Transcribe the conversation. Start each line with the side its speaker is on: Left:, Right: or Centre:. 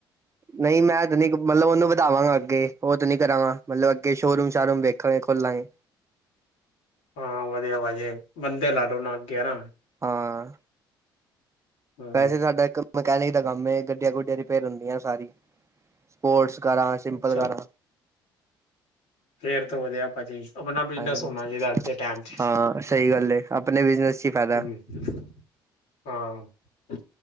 Right: ਨਹੀਂ ਮੈਂ ਤਾਂ ਨਹੀਂ ਮਤਲਬ ਉਹਨੂੰ ਵਧਾਵਾਂਗਾ ਅੱਗੇ ਉਹ ਤਾਂ ਨਹੀਂ ਕਰਾਂਗਾ ਮਤਲਬ ਅੱਗੇ ਸ਼ੋਅਰੂਮ ਸ਼ਾਰਰੂਮ ਵੇਖਾਂਗੇ ਖੋਲਾਂਗੇ।
Left: ਹਾਂ ਵਧੀਆ ਵਾਜੇ ਬੰਦੇ ਲਾ ਲੋ ਨਾ ਅੱਗੇ ਨਾ
Right: ਹਾਂ।
Left: ਹਮ
Right: ਵੈਸੇ ਸਾਡਾ ਇੱਕ ਮਕੈਨਿਕ ਦਾ ਕੰਮ ਗੱਡੀਆਂ ਗੁੱਡੀਆਂ ਰਿਪੇਅਰ ਹੁੰਦੀਆਂ ਸਾਰੀ ਸਪੋਰਟਸ ਕਾਰਾਂ ਸਿੰਪਲ
Left: ਅੱਛਾ
Right: ਕਾਰਾਂ
Left: ਫੇਰ ਤੋਂ ਵਧਿਆ ਭਾਜੀ ਆਪਣਾ ਬਿਜਨਸ
Right: ਹਾਂਜੀ
Left: ਹੋਣਾ ਚਾਹੀਦਾ ਅੱਜ ਦੇ ਟਾਈਮ ਚ
Right: ਹਾਂ ਸਹੀ ਗੱਲ ਆਪਣੇ ਬਿਜਨਸ ਚ ਹੀ ਫਾਇਦਾ
Left: ਹਮ ਹਾਂ